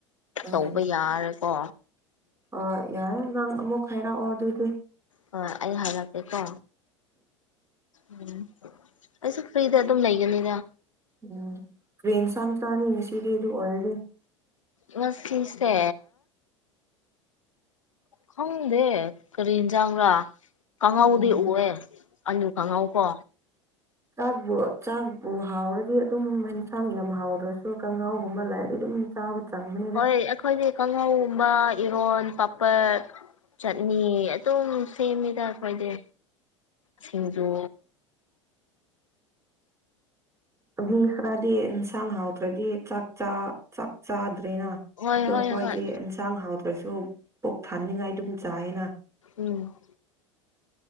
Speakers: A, on the right (about 15°); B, on the left (about 80°).
A: ꯎꯝ
B: ꯇꯧꯕ ꯌꯥꯔꯦꯀꯣ
A: ꯍꯣꯏ ꯌꯥꯔ ꯅꯪ ꯑꯃꯨꯛ ꯍꯥꯏꯔꯛꯑꯣ ꯗꯨꯗꯤ
B: ꯍꯣ ꯑꯩ ꯍꯥꯏꯔꯛꯀꯦꯀꯣ ꯎꯝ ꯑꯩꯁꯨ ꯐ꯭ꯔꯤꯗ ꯑꯗꯨꯝ ꯂꯩꯒꯅꯤꯗ
A: ꯎꯝ ꯀ꯭ꯔꯤ ꯍꯦꯟꯁꯥꯡ ꯆꯥꯅꯤ ꯉꯁꯤꯗꯤ ꯑꯗꯨ ꯑꯣꯏꯔꯗꯤ
B: ꯉꯁꯤꯁꯦ ꯈꯪꯗꯦ ꯀꯔꯤ ꯍꯦꯟꯖꯥꯡꯔꯥ ꯀꯥꯡꯉꯧꯗꯤ
A: ꯎꯝ
B: ꯎꯋꯦ ꯑꯂꯨ ꯀꯥꯡꯉꯧ ꯀꯣ
A: <inaudible> <inaudible> ꯆꯥꯛꯕꯨ ꯆꯥꯛꯄꯨ ꯍꯥꯎꯔꯗꯤ ꯑꯗꯨꯝ ꯍꯦꯟꯁꯥꯡ ꯌꯥꯝ ꯍꯥꯎꯗ꯭ꯔꯁꯨ ꯀꯥꯡꯍꯥꯎꯒꯨꯝꯕ ꯂꯦꯔꯗꯤ ꯑꯗꯨꯝ ꯆꯥꯕ ꯆꯪꯕꯅꯤꯗ
B: ꯍꯣꯏ ꯑꯩꯈꯣꯏꯗꯤ ꯀꯥꯡꯍꯧꯒꯨꯝꯕ ꯏꯔꯣꯟ ꯄꯥꯄꯔ ꯆꯠꯅꯤ ꯑꯗꯨꯝ ꯁꯦꯝꯃꯤꯗ ꯑꯩꯈꯣꯏꯗꯤ ꯁꯤꯡꯖꯨ
A: ꯃꯤ ꯈꯔꯗꯤ ꯍꯤꯟꯁꯥꯡ ꯍꯥꯎꯇ꯭ꯔꯗꯤ ꯆꯥꯛ ꯆꯥ ꯆꯥꯛ ꯆꯥꯗ꯭ꯔꯦꯅꯥ
B: ꯍꯣꯏ
A: ꯗꯣ
B: ꯍꯣꯏ
A: ꯈꯣꯏꯗꯤ
B: ꯍꯣꯏ
A: ꯍꯤꯟꯁꯥꯡ ꯍꯥꯎꯇ꯭ꯔꯁꯨ ꯄꯨꯛ ꯊꯟꯅꯤꯡꯉꯥꯏ ꯑꯗꯨꯝ ꯆꯥꯏꯌꯦꯅꯥ
B: ꯎꯝ